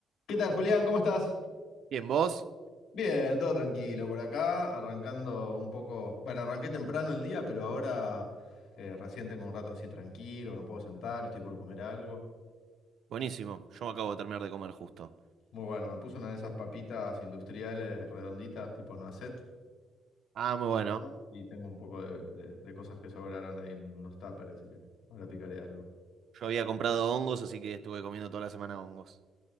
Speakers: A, on the left; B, on the right.
A: ¿Qué tal, Julián? ¿Cómo estás?
B: Bien, ¿vos?
A: Bien, todo tranquilo por acá, arrancando un poco. Bueno, arranqué temprano el día, pero ahora eh, recién tengo un rato así tranquilo, me puedo sentar, estoy por comer algo.
B: Buenísimo. Yo me acabo de terminar de comer justo.
A: Muy bueno, me puse una de esas papitas industriales redonditas, tipo noisette,
B: Ah, muy bueno.
A: al horno, y tengo un poco de, de- de cosas que sobraron ahí en unos tuppers, así que ahora picaré algo.
B: Yo había comprado hongos, así que estuve comiendo toda la semana hongos.